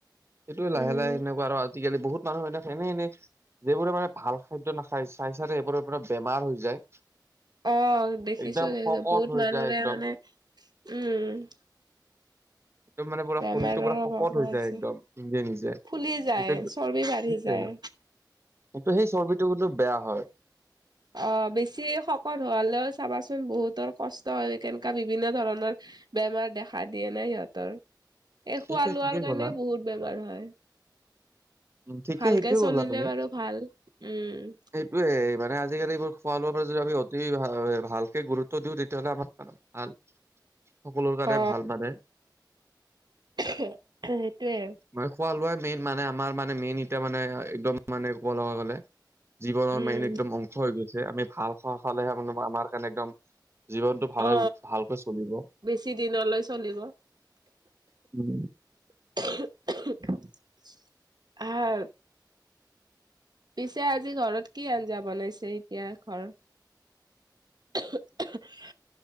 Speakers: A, on the right; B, on the right.
A: সেইটোয়ে লাহে
B: উম
A: লাহে সেনেকুৱা আৰু আজিকালি বহুত মানুহ বিলাক এনে এনে যিবোৰে মানে ভাল খাদ্য নাখায়, চাই চাইডে সেইবোৰৰ পৰা বেমাৰ হৈ যায়।
B: অ' দেখিছোঁ
A: একদম
B: দেখিছোঁ
A: শকত
B: বহুত
A: হৈ
B: মানুহৰে
A: যায় একদম
B: মানে উম,
A: একদম মানে পুৰা
B: বেমাৰৰ
A: শৰীৰটো পুৰা শকত
B: অভাৱ
A: হৈ
B: হৈছে
A: যায় একদম নিজে নিজে
B: ফুলি যায়
A: সেই
B: চৰ্বি বাঢ়ি যায়
A: কিন্তু সেই চৰ্বিটো কিন্তু বেয়া হয়।
B: অ', বেছি শকত হোৱালেও চাবাচোন বহুতৰ কষ্ট হয়, কেনকা বিভিন্ন ধৰণৰ বেমাৰ দেখা দিয়ে নাই সিহঁতৰ, এ
A: সেইটোৱে
B: খোৱা লোৱাৰ
A: ঠিকে ক'লা।
B: কাৰণে বহুত বেমাৰ হয়।
A: উম, ঠিকে
B: ভালকে
A: সেইটোৱে
B: চলিলে
A: কলা তুমি।
B: বাৰু ভাল উম।
A: সেইটোৱে, মানে আজিকালি এইবোৰ খোৱা লোৱাৰ পৰা যদি আমি অতি ভালকে গুৰুত্ব দিও, তেতিয়াহলে আমাৰ কাৰণে ভাল সকলোৰ কাৰণে
B: অ
A: ভাল মানে
B: সেইটোৱে আৰু।
A: মানে খোৱা লোৱা মেইন মানে আমাৰ মানে মেইন এতিয়া মানে একদম মানে ক'ব লগা গ'লে। জীৱনৰ
B: উম
A: মানে একদম অংশ হৈ গৈছে, আমি ভাল খোৱা খালেহে মানে আমাৰ কাৰণে একদম জীৱনটো ভালে,
B: অ
A: ভালকৈ চলিব।
B: বেছি দিনলৈ চলিব।
A: উম,
B: <inaudible> পিছে আজি ঘৰত কি আঞ্জা বনাইছে এতিয়া ঘৰত? <inaudible>